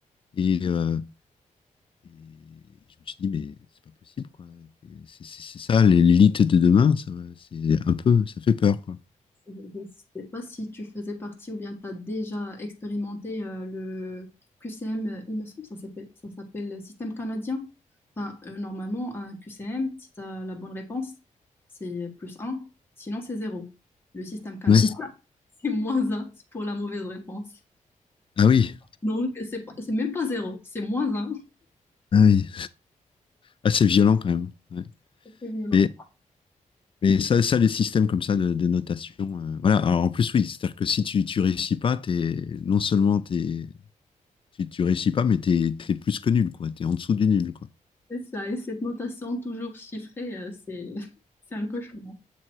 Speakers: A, on the left (about 40°); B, on the left (about 15°).
A: Et, euh, et je me suis dit, mais c'est pas possible, quoi. C'est c'est- c'est ça, l'é- l'élite de demain, ça, va- c'est un peu, ça fait peur, quoi.
B: Je ne sais pas si tu faisais partie ou bien tu as déjà expérimenté euh, le QCM, euh, il me semble, ça s'appelle, ça s'appelle système canadien. Enfin, euh, normalement, un QCM, si tu as la bonne réponse, c'est plus un. sinon c'est zéro. Le système canadien,
A: Ouais. Si-
B: <laughs> c'est moins un pour la mauvaise réponse.
A: Ah oui,
B: Donc, c'est pas- c'est même pas zéro, c'est moins un.
A: ah oui. Ah, c'est violent quand même. Ouais.
B: C'est très violent.
A: Mais, mais ça, ça, les systèmes comme ça de, de notation, euh, voilà. Alors en plus, oui, c'est-à-dire que si tu, tu réussis pas, t'es, non seulement t'es, tu, tu réussis pas, mais t'es, t'es plus que nul, quoi. T'es en dessous du nul, quoi.
B: C'est ça, et cette notation toujours chiffrée, euh, c'est <laughs> c'est un cauchemar.